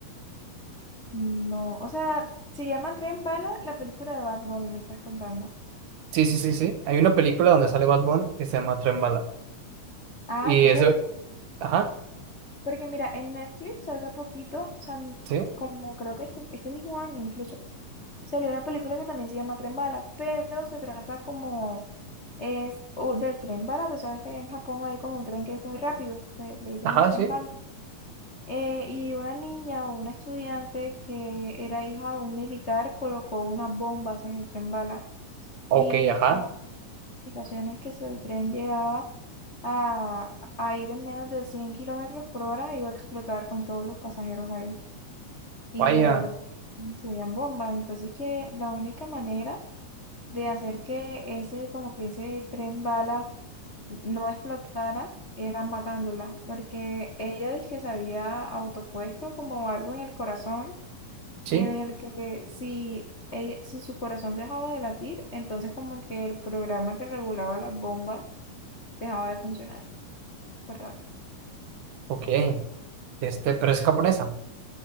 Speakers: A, on the left; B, on the right.
A: no, o sea, se llama Tren Bala la película de Bad Bunny, me estás contando.
B: Sí, sí, sí, sí. Hay una película donde sale Bad Bunny que se llama Tren Bala.
A: Ah,
B: Y
A: entonces,
B: es, Ajá,
A: Porque mira, en Netflix hace poquito, o sea, n-
B: sí,
A: como creo que este, este mismo año incluso, salió una película que también se llama Tren Bala, pero se trata como es o del tren bala, tú sabes que en Japón hay como un tren que es muy rápido, que le dicen
B: ajá,
A: el tren
B: sí.
A: bala. Eh, y una niña o una estudiante que era hija de un militar colocó unas bombas en el tren bala.
B: Ok,
A: Y
B: ajá.
A: Ocasiones que si el tren llegaba a, a ir en menos de 100 kilómetros por hora, iba a explotar con todos los pasajeros ahí. Y
B: Vaya,
A: de verdad, se veían bombas. Entonces que la única manera de hacer que ese, como que ese tren bala no explotara era matándola, porque ella dice que se había autopuesto como algo en el corazón,
B: sí,
A: en el que si, ella- si su corazón dejaba de latir, entonces como que el programa que regulaba las bombas dejaba de funcionar. Súper raro.
B: ok. Este, pero es japonesa.